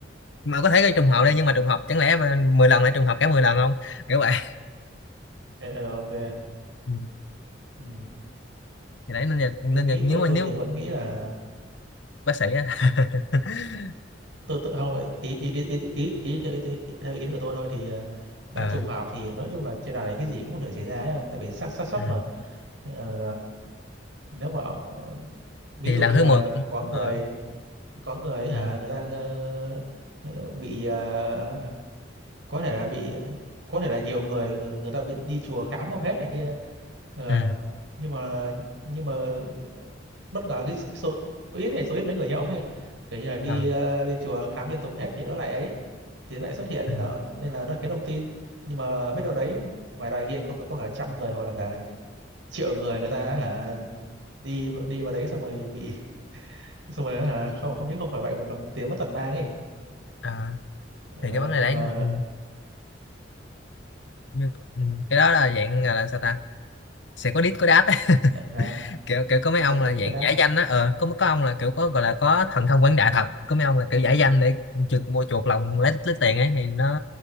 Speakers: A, on the left; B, on the right.
A: mà có thể gây trùng
B: Ừ,
A: hợp đây nhưng mà
B: ok
A: trùng hợp chẳng lẽ mà mười lần lại trùng hợp cả mười lần không kiểu vậy
B: ờ, ok
A: Ừ.
B: ừ.
A: thì đấy nên là, nên
B: tôi nghĩ
A: là nếu
B: tôi
A: mà
B: tôi
A: nếu
B: thì vẫn nghĩ là
A: bác sĩ á <laughs>
B: tôi tôi không ý ý ý ý, ý, ý, theo, ý, kiến- theo ý kiến của tôi thôi thì ờ, đã
A: Ờ,
B: trùng hợp thì nói chung là trên đời này cái gì cũng có thể xảy ra ấy không tại vì xác xác suất
A: ừ.
B: mà Ờ, nếu mà ờ, ví
A: thì
B: dụ
A: lần
B: như
A: thứ
B: là
A: mười
B: có người
A: ờ,
B: có người ấy hả
A: ừ,
B: người ta ờ, ờ, bị ờ, có thể là bị có thể là nhiều người người, người ta bị đi chùa khám không hết này kia Ờ,
A: ừ,
B: nhưng mà nhưng mà bất ngờ cái, cái số ít này số ít mấy người như ông ấy kiểu như là đi
A: ờ,
B: ờ, lên chùa khám liên tục hết thì nó lại ấy thì nó lại xuất hiện
A: ừ,
B: nên là nên là nó khiến ông tin nhưng mà biết đâu đấy ngoài đài kia có có cả trăm người hoặc là cả triệu người người ta hả đi đi vào đấy xong rồi bị <laughs> xong rồi hả không không những không khỏi bệnh mà còn tiền mất tật mang ấy
A: ờ.
B: ờ,
A: thì cái vấn đề
B: nhưng
A: đấy
B: mà
A: ừ. Như- ừ. cái đó là dạng gọi là sao ta sẽ có đít có đát á. <laughs>
B: dạ sao
A: kiểu kiểu có mấy
B: đúng
A: ông
B: rồi vẫn
A: là dạng
B: chỉ có đáp
A: giải danh á ờ có có ông là kiểu có gọi là có thần thông quảng đại thật có mấy ông là kiểu giải danh để chuột mua chuột lòng lấy lấy tiền ấy thì nó